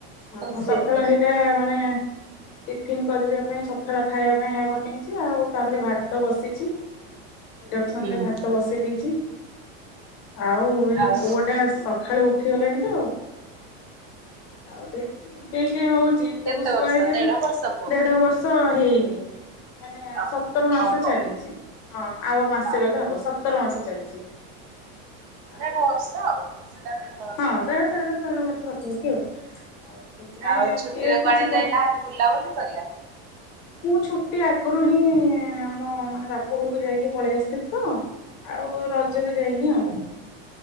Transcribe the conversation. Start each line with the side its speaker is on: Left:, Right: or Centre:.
Left: ହଁ
Right: ଆଉ
Left: ମୁଁ
Right: ସେମ୍
Left: ସକାଳ ହେଇଟା ମାନେ ଟିଫିନ କରିବା ପାଇଁ ସକାଳ ଖାଇବା ପାଇଁ ଆ ବନେଇ ଛି ଆଉ ତାପରେ ଭାତ ବସିଚି। ଇଣ୍ଡକ୍ସନ
Right: ହୁଁ
Left: ରେ ଭାତ ବସେଇ ଦେଇଛି ଆଉ ଏଇ
Right: ଆଉ
Left: ପୁଅଟା ସ ଖାଳୁ ଉଠିଗଲାଣି ତ। ଆଉ ଟେ କେଁ କେଁ ହଉଛି ତାକୁ
Right: କେତେ
Left: ଶୁଆଇ
Right: ବର୍ଷ
Left: ଦେଲେ
Right: ଦେଢ ବର୍ଷ ପୁଅକୁ?
Left: ଦେଢ଼ ବର୍ଷ ହେଇନି। ମାନେ
Right: ଓହୋ
Left: ସତର ମାସ
Right: ହବ
Left: ଚାଲିଛି ହଁ ଆଉ ମାସେ
Right: ହଁ
Left: ଗଲେ ହବ ସତର ମାସେ ଚାଲିଛି। ଆଉ
Right: ଦେଢ଼ବର୍ଷ ଆଉ ସେଟା ବର୍ଷ
Left: ହଁ ବେଳେଳେ ତାର ଦେଢ଼ ବର୍ଷ ପାଖାପାଖି ଆଉ। ସେଥିପାଇଁ
Right: ଆଉ ଛୁଟିରେ
Left: ଏ କିଛି
Right: କୁଆଡ଼େ
Left: କର
Right: ଯାଇନାହାନ୍ତି ବୁଲାବୁଲି କରିବା?
Left: ମୁଁ ଛୁଟି ଆଗରୁ ହିଁ ଆମ ମାନେ ବାପ ଘରକୁ ଯାଇକି ପଳେଇ ଆସିଥିଲି ତ। ଆଉ ରଜରେ
Right: ଓହୋ
Left: ଯାଇନି ଆଉ।